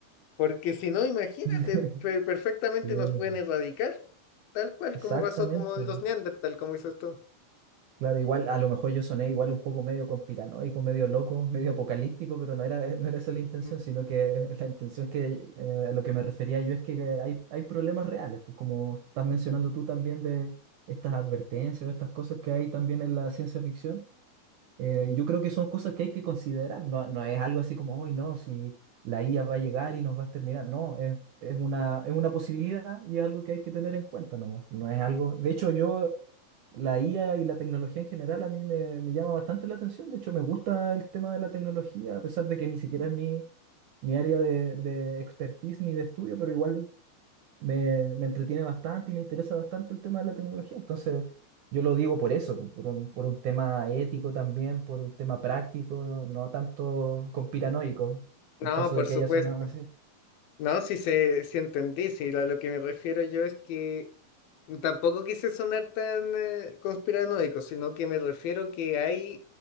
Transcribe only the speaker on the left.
porque si no, imagínate,
per- perfectamente
nos pueden erradicar, tal cual
como pasó como en los Neandertal, como dices tú.
Mm.
No,
por
supuesto.
No, si se, si entendí, si a lo que me refiero yo es que tampoco quise sonar tan eh, conspiranoico, sino que me refiero que hay